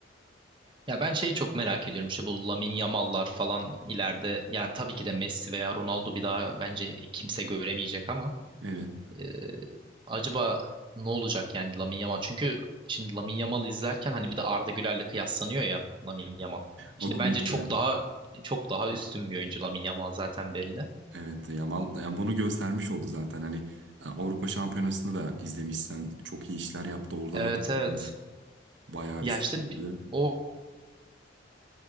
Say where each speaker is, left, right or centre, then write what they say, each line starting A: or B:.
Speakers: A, on the right; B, on the right.
A: Ya ben şeyi çok merak ediyorum işte bu Lamine Yamal'lar falan ileride ya tabii ki de Messi veya Ronaldo bir daha bence kimse göremeyecek ama
B: Evet.
A: e, acaba ne olacak yani Lamine Yamal? Çünkü şimdi Lamine Yamal izlerken hani bir de Arda Güler'le kıyaslanıyor ya Lamine Yamal. Şimdi
B: O komik
A: bence çok
B: yani.
A: daha çok daha üstün bir oyuncu Lamine Yamal zaten belli.
B: Evet Yamal yani bunu göstermiş oldu zaten. Hani e, Avrupa Şampiyonası'nı da izlemişsen çok iyi işler yaptı. Orada
A: Evet
B: da takımını
A: evet.
B: bayağı
A: Ya
B: üstüne
A: işte
B: taşıdı.
A: bi- o